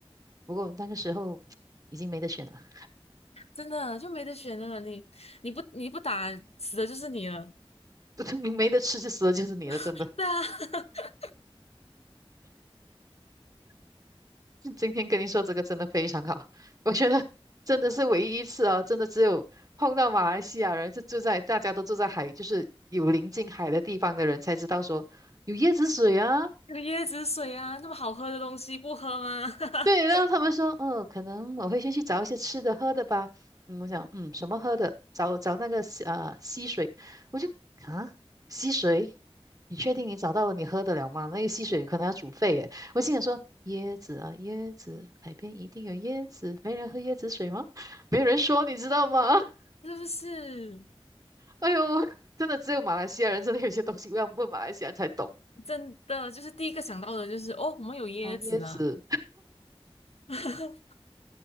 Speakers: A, on the right; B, on the left.
A: 不过那个时候已经没得选了，
B: 真的就没得选了。你你不你不打死的就是你了。
A: <laughs> 你没得吃就死了就是你了，真的。
B: <laughs> 对啊，<laughs>
A: 今天跟你说这个真的非常好，我觉得真的是唯一一次啊，真的只有碰到马来西亚人是住在大家都住在海，就是有临近海的地方的人才知道说有椰子水啊，
B: 有椰子水啊，那么好喝的东西不喝吗？<laughs>
A: 对，然后他们说，嗯，可能我会先去找一些吃的喝的吧。嗯，我想，嗯，什么喝的？找找那个西呃溪水，我就啊溪水，你确定你找到了你喝得了吗？那个溪水可能要煮沸耶。我心想说，椰子啊椰子，海边一定有椰子，没人喝椰子水吗？没有人说，你知道吗？<laughs>
B: 是不是？
A: 哎呦，真的只有马来西亚人真的有些东西要问马来西亚人才懂
B: 真的就是第一个想到的就是哦，我们有椰子啊。
A: 哦，椰子。
B: <laughs>